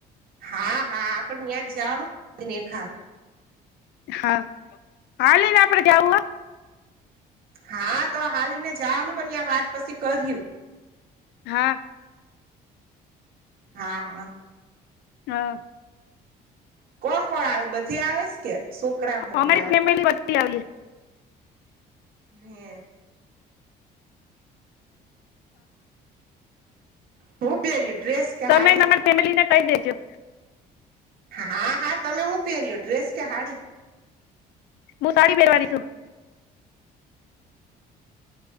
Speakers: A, on the right (about 60°); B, on the left (about 80°).
A: હા હા આપડ ત્યાં ખા
B: હા હા લઈને આપડે જવું.
A: હા તો હાને જવાનું પણ વાત પછી કર્યું.
B: હા.
A: હા હા.
B: હા.
A: કોણ કોણ આવે બધી આવે કે સોકરાઓ ને તમારા
B: અમારી ફેમિલી બધી આવીએ
A: હમ્મ. હું પેરીય ડ્રેસ કે
B: તમે
A: હાડી?
B: તમારી ફેમિલીને કઈ દેજો.
A: હા હા તમે હું પહેર્યો ડ્રેસ કે હાડી?
B: હું તાળી પેરવાની છું.